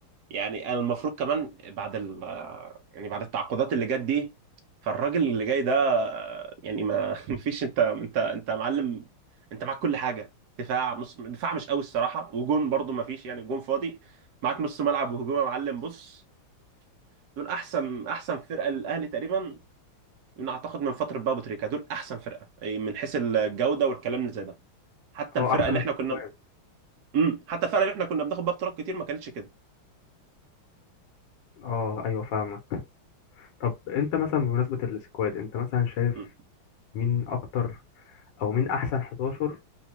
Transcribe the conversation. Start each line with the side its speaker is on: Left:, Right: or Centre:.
Right: يعني انا المفروض كمان بعد ال آه، يعني بعد التعاقدات اللي جت دي فالراجل اللي جاي ده آه، يعني ما <laughs> فيش انت انت انت معلم انت معاك كل حاجه دفاع نص دفاع مش قوي الصراحه وجون برضو ما فيش يعني جون فاضي معاك نص ملعب وهجوم يا معلم بص دول احسن احسن فرقه للاهلي تقريبا من اعتقد من فتره بقى أبو تريكه دول احسن فرقه أي من حيث الجوده والكلام اللي زي ده حتى
Left: اه
Right: الفرقه
Left: احسن
Right: اللي
Left: من السكواد
Right: احنا كنا امم حتى الفرقه اللي احنا كنا بناخد بيها بطولات كتير ما كانتش كده
Left: اه ايوه فاهمك طب انت مثلا بمناسبه السكواد انت مثلا شايف
Right: مم.
Left: مين اكتر او مين احسن 11